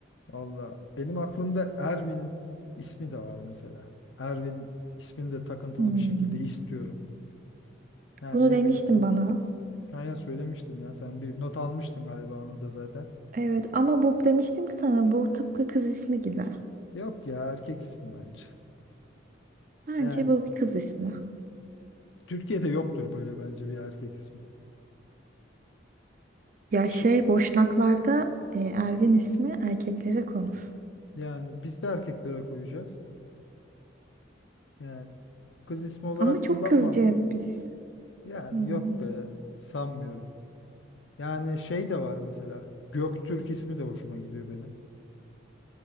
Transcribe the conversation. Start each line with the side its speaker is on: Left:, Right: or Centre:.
Left: valla benim aklımda Ervin ismi de var mesela. Ervin ismini de takıntılı
Right: Hmm.
Left: bir şekilde istiyorum. Yani
Right: Bunu
Left: ne
Right: demiştin
Left: bi-
Right: bana.
Left: Aynen söylemiştim ya. Sen bir not almıştın galiba onu da zaten.
Right: Evet ama bu demiştim ki sana bu tıpkı kız ismi gibi.
Left: Yok ya erkek ismi bence.
Right: Bence
Left: Yani
Right: bu bir kız ismi.
Left: Türkiye'de yoktur böyle bence bir erkek ismi.
Right: Ya
Left: Şi-
Right: şey Boşnaklarda e, Ervin ismi erkeklere konur.
Left: yani biz de erkeklere koyacağız. Yani kız ismi olarak
Right: Ama çok
Left: kullanmam.
Right: kızcı biz.
Left: Yani
Right: Hmm.
Left: yok be sanmıyorum. Yani şey de var mesela. Göktürk ismi de hoşuma gidiyor benim.